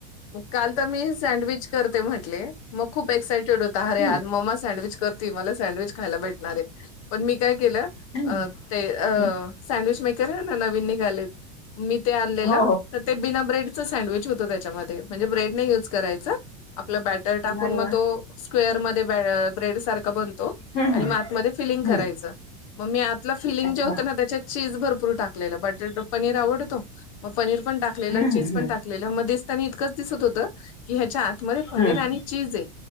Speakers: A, on the left (about 65°); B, on the left (about 35°).
A: काल तर मी सँडविच करते म्हटले म खूप एक्सायटेड होता अरे
B: हम्म
A: आज मम्मा सँडविच कर ती मला सँडविच खायला भेटणार आहे पण मी काय केलं
B: हम्म
A: अ ते अ
B: हम्म.
A: सँडविच मेकर आहे ना नवीन निघालेत मी ते आणलेला
B: हो हो
A: तर ते बिना ब्रेडचं सँडविच होतं त्याच्यामध्ये म्हणजे ब्रेड नाही युज करायचं आपलं बॅ टर टाकून
B: अरे
A: मग
B: वा
A: तो स्क्वेअर मध्ये बॅ ब्रेड सारखा बनतो.
B: हम्म
A: आणि
B: हम्म
A: म आतमध्ये फिलिंग
B: हम्म.
A: करायचं. मग मी आतलं फिलिंग
B: अच्छा
A: जे होतं ना त्याच्यात चीज भरपूर टाकलेलं बटर पनीर आवडतो मग पनीर पण टाकलेलं
B: हम्म
A: चीज
B: हम्म
A: पण टाकलं मध्ये दिसतानी इतकंच दिसत होतं. कि ह्याच्या आतमध्ये पनीर
B: हम्म
A: आणि चीज आहे.